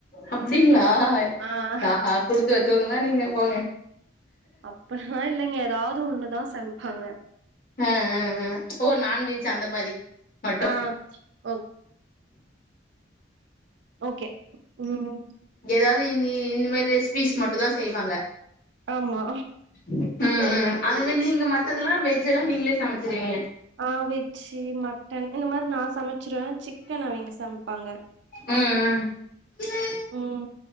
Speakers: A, on the left; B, on the right.
A: அப்டிங்களா
B: ஆ
A: ஆஹா குடுத்து வச்சோவுங்க தா நீங்க போங்க
B: அப்பல்லா இல்லைங்க எதாவது ஒண்ணுதா சமைப்பாங்க
A: அ அ அ ஓ நான்வெஜ் அந்த மாரி மட்டு
B: ஆ ஓ ஓகே ம்
A: எதாவது இன்னி இன்னு மாரி ரெஸ்ப்பிஸ் மட்டு தா செய்வாங்க
B: ஆம்மா
A: ம் ம் அந்த மேர் நீங்க மத்ததுல்லா வெஜ் எல்லா நீங்ளே சமச்சிருவிங்க
B: அ வெஜ்ஜி மட்டன் இந்த மாரி நா சமச்சிருவ சிக்கனு அவிங்க சமப்பாங்க
A: ம் ம்
B: ம்